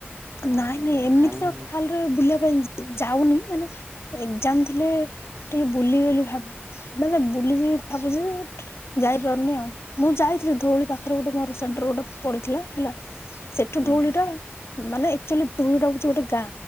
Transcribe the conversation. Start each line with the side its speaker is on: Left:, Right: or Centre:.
Right: ତାପରେ
Left: ନାଇଁ ନାଇଁ ଏମିତି
Right: ମାନେ
Left: ତ ଖାଲି ବୁଲିବା ପାଇଁ ଯାଉନି ମାନେ ଏଜାମ ଥିଲେ ଟିକେ ବୁଲି ବୋଲି ଭାବ ମାନେ ବୁଲିିଯିବି ଭାବୁଛି। ଯାଇପାରୁନି ଆଉ ମୁଁ ଯାଇଥିଲି ଧଉଳି ପାଖରେ ଗୋଟେ ମୋର ସେଣ୍ଟର ଗୋଟେ ପଡିଥିଲା ହେଲା। ସେଠୁ
Right: ହୁଁ
Left: ଧୂଳିଟା
Right: ହୁଁ
Left: ମାନେ ଆଚୁଆଲି ଧୂଳିଟା ହଉଛି ଗୋଟେ ଗାଁ